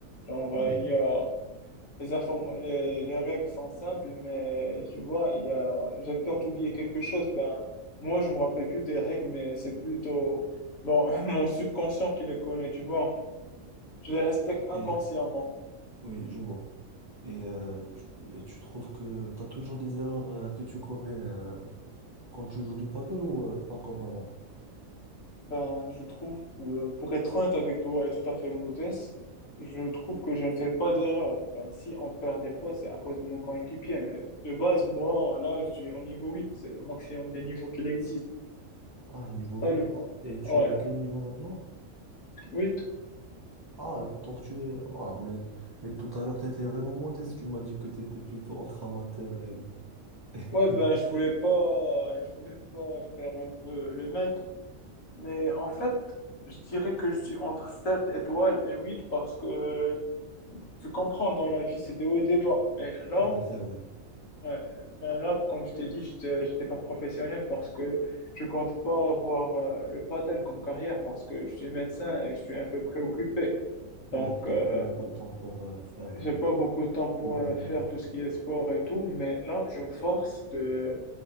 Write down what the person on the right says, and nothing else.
Oui.
Et oui, je vois. Et euh, tu, euh, tu trouves que tu as toujours des erreurs euh, que tu commets euh, quand tu joues du paddle ou euh, pas comme avant?
Ah, niveau
huit
Et tu
es à quel niveau maintenant?
Ah, donc tu es... Ah, mais, mais tout à l'heure, tu étais vraiment modeste. Tu m'as dit que tu étais plutôt entre amateur et...
<laughs>
Ouais, c'est vrai.
Ouais, t'as
pas beaucoup de temps pour euh, faire
euh,
tout
en même
temps.